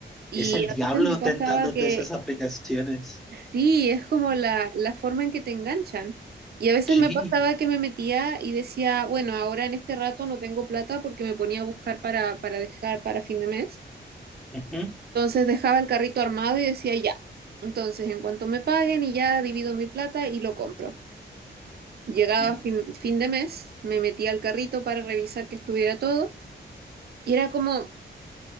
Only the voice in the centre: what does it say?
Es el diablo
tentándote
esas aplicaciones.
Sí.
ujú,
ujú.